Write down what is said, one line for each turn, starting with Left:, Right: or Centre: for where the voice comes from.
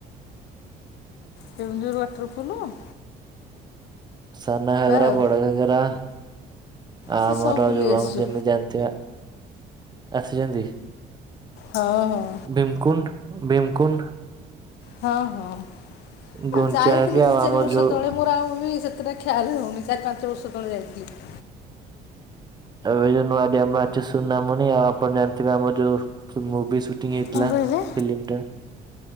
Left: କେଉଁଝର ୱାଟରଫୁଲୁ
Right: ସାନ ଘାଗରା
Left: ଆଉ
Right: ବଡ଼ ଘାଗରା ଆ
Left: ସେ
Right: ଆମର
Left: ସବୁ ବୁଲି
Right: ଯୋଉ
Left: ଆସିଛୁ
Right: ଆମେ ଯେମିତି ଜାଣିଥିବେ ଆସିଚନ୍ତି।
Left: ହଁ ହଁ।
Right: ଭୀମକୁଣ୍ଡ ଭୀମକୁଣ୍ଡ।
Left: ହଁ ହଁ
Right: ଗୁଣ୍ଡିଚାଘାଗି
Left: ଯାଇଥିଲି ଦି
Right: ଆଉ
Left: ଚାରି
Right: ଆମର
Left: ବର୍ଷ
Right: ଯୋଉ
Left: ତଳେ ମୋର ଆଉ ବି ସେତେଟା ଖ୍ୟାଲ ହଉନି। ଚାରି ପାଞ୍ଚ ବର୍ଷ ତଳେ ଯାଇଥିଲି।
Right: ଏବେ ଯୋଉ ନୂଆ ଡିଆମ୍ ଅଛି ସୁନାମଣି ଆଉ ଆପଣ ଜାଣିଥିବେ ଆମର ଯୋଉ ମୁଭି ସୁଟିଂ ହେଇଥିଲା
Left: କଣ କହିଲେ
Right: ଫିଲ୍ମ ଟା।